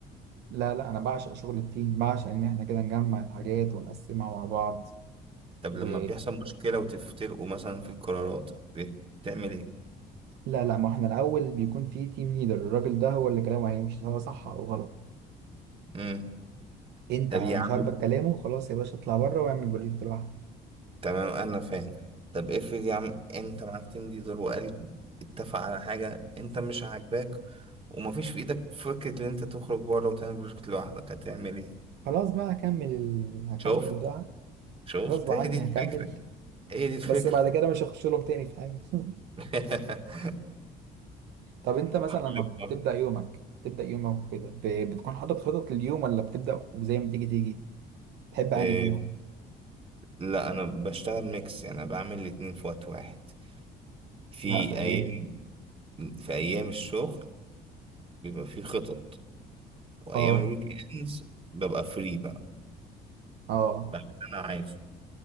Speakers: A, on the right; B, on the right.
A: لا لا انا بعشق شغل التيم بعشق ان احنا كده نجمع الحاجات ونقسمها مع بعض
B: طب
A: و
B: لما بيحصل مشكله وتفترقوا مثلا في القرارات بتعمل ايه
A: لا لا ما احنا الاول بيكون في تيم ليدر الراجل ده هو اللي كلامه هيمشي سواء صح او غلط
B: امم
A: انت
B: طب
A: مش
B: يا عم
A: عاجبك كلامه خلاص يا باشا اطلع بره واعمل بروجكت لوحدك
B: تمام انا فاهم طب افرض يا عم انت معاك تيم ليدر وقال اتفق على حاجه انت مش عاجباك ومفيش في ايدك فكره ان انت تخرج بره وتعمل بروجكت لوحدك هتعمل ايه
A: خلاص بقى هكمل ال... هكمل
B: شفت
A: بقى
B: شفت
A: غصب عني
B: هي دي الفكره
A: هكمل
B: هي دي الفكره
A: بس بعد كده مش هخش لهم تاني في حاجه <laughs>
B: <laughs>
A: طب انت مثلا
B: حل
A: لما
B: المرض.
A: بتبدا يومك بتبدا يومك كده ب... بتكون حاطط خطط لليوم ولا بتبدا وزي ما تيجي تيجي تحب
B: إيه
A: اني فيهم
B: لا انا بشتغل ميكس يعني انا بعمل الاتنين في وقت واحد في
A: لا فهمني
B: ايام في ايام الشغل بيبقى فيه خطط وايام
A: اه
B: الويك اندز ببقى فري بقى
A: اه
B: بعمل اللي انا عايزه